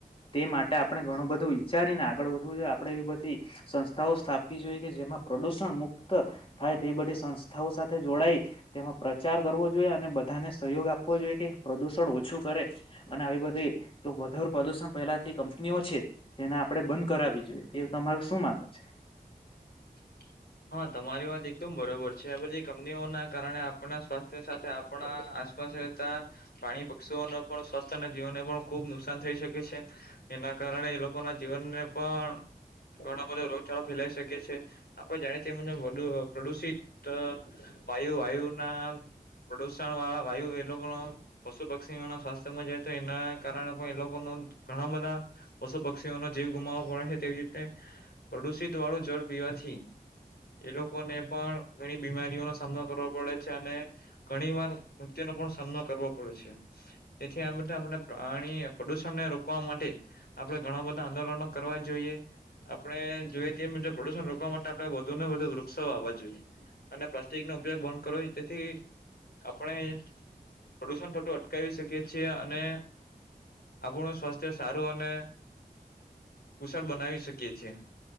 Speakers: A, on the left (about 35°); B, on the left (about 85°).
A: તે માટે આપણે ઘણું બધું વિચારીને આગળ વધવું જોએ આપડે એવી બધી સંસ્થાઓ સ્થાપવી જોઈએ કે જેમાં પ્રદૂષણ મુક્ત થાય તેવી બધી સંસ્થાઓ સા સાથે જોડાય તેમાં પ્રચાર કરવો જોઈએ અને બધાને સહયોગ આપવો જોઈએ કે પ્રદુષણ ઓછું કરે. અને આવી બધી વધારે પ્રદુષણ પેલાથી કંપનીઓ છે એને આપડે બંધ કરાવવી જોઈએ એ તમારું શું માનવું છે?
B: <inaudible> તમારી વાત એકદમ બરોબર છે આ બધી કંપનીઓ ના કારણે આપના શ્વાસ સાથે આપણા આસપાસ રહેતા પાણી પક્ષીઓને પણ સ્વાસ્થ્ય અને જીવનને પણ ખુબ નુકસાન થઈ શકે છે એના કારણે એ લોકો ના જીવનને પણ ઘણો બધો રોગચાળો ફેલાઈ શકે છે. આપણે જાણીએ તે મુજબ પ્રદુષિત વાયુ વાયુના પ્રદુષણ વાળા વાયુ એ લોકો પશુ પક્ષીઓ ના સ્વાસ્થ્યમાં જાય તો એના કારણે પણ એ લોકો નો ઘણા બધા પશુ પક્ષીઓનો જીવ ગુમાવો પડે છે તેવી રીતે પ્રદુષિત વાળું જળ પી પછી એ લોકોને પણ ઘણી બીમારીઓનો સામનો કરવો પડે છે અને ઘણી વાર મૃત્યુનો સામનો કરવો પડે છે. તેથી આ બધા આપણે પ્રણી પ્રદુષણને રોકવા માટે આપડણે ઘણા બધા આંદોલનો કરવા જોઈએ આપણે જોઈએ તે મુજબ પ્રદુષણ રોકવા માટે આપે વૃક્ષો વાવવા જોઈએ અને પ્લાસ્ટિક નો ઉપયોગ બંધ કરો તેથી આપણે પ્રદુષણ થતુ અટકાવી શકીએ છીએ અને આપણું સ્વાસ્થ્ય સારું અને કુશળ બનાવી શકીએ છીએ